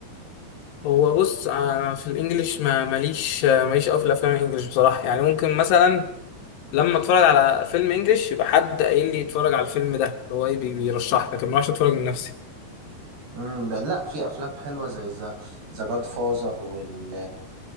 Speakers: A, on the left; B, on the right.
A: هو بص آه، في الإنجليش ما ماليش آه، ماليش أوي في الأفلام الإنجليش بصراحة يعني ممكن مثلا لما اتفرج على فيلم انجليش يبقى حد قايل لي اتفرج على الفيلم ده هو ايه بي- بيرشح لي. لكن ما اعرفش اتفرج من نفسي
B: امم ده لا في افلام حلوه زي ذا ذا جاد فازر وال